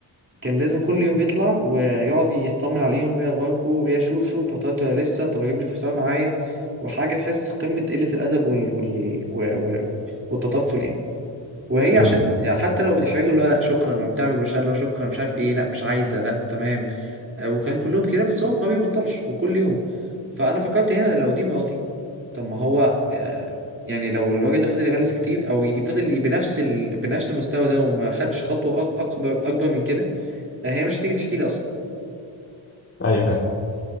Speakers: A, on the right; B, on the left.
A: كان لازم كل يوم يطلع ويقعد يطمن عليهم ايه اخباركم ايه شوف شوف فطرت ولا لسه طب اجيب لك فطار معايا وحاجه تحس قمه قله الادب وال... وال... و... و... والتطفل يعني وهي عشان
B: مم.
A: حتى لو بتحرجه اللي هو لا شكرا وبتعمل بشار اللي هو شكرا مش عارف ايه لا مش عايزه لا تمام آه، وكان كلهم كده بس هو ما بيبطلش وكل يوم فانا فكرت هنا لو دي مراتي طب ما هو آه، يعني لو الراجل ده فضل يغلس كتير او يفضل ي- بنفس ال... بنفس المستوى ده وما خدش خطوه أك- اكبر اكبر من كده آه، هي مش هتيجي تحكي لي اصلا
B: أيوه فاهم